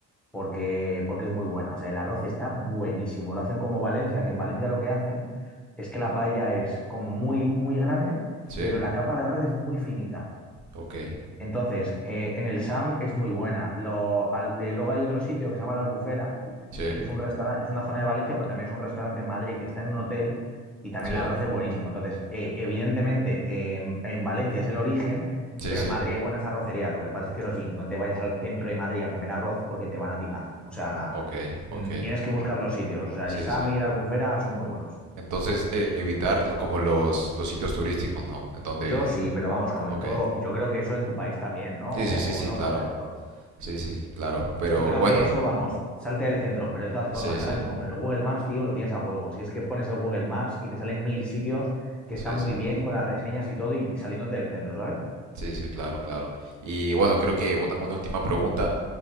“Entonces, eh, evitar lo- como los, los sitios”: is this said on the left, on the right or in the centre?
Right